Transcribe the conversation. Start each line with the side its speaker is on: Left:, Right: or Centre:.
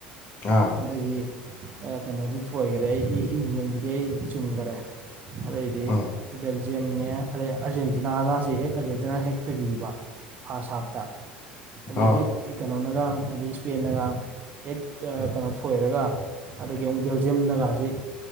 Left: ꯑꯥ
Right: ꯑꯗꯒꯤ ꯀꯩꯅꯣꯗꯤ ꯊꯣꯏꯈꯔꯦ ꯑꯩ ꯏꯪꯖꯦꯟꯒꯤꯗꯤ ꯑꯩ ꯆꯨꯝꯈꯔꯦ ꯑꯗꯩꯗꯤ
Left: ꯎꯝ
Right: ꯕꯦꯜꯖꯤꯌꯝꯅꯦ ꯑꯗꯩ ꯑꯥꯔꯖꯦꯟꯇ ꯗꯤꯅꯥꯒꯥꯁꯤ ꯍꯦꯛ ꯑꯔꯖꯦꯟꯇꯤꯅꯥꯅ ꯍꯦꯛ ꯊꯣꯏꯕꯤꯕ ꯐꯥꯔꯁ ꯍꯥꯞꯇ ꯑꯗꯩ
Left: ꯑꯣ
Right: ꯍꯦꯛ ꯀꯩꯅꯣꯅꯒ ꯑꯗꯩ ꯏꯁꯄꯦꯟꯅꯒ ꯍꯦꯛ ꯀꯩꯅꯣ ꯊꯣꯏꯔꯒ ꯑꯗꯒꯤ ꯑꯃꯨꯛ ꯕꯦꯜꯖꯤꯌꯝ ꯅꯒꯥꯁꯤ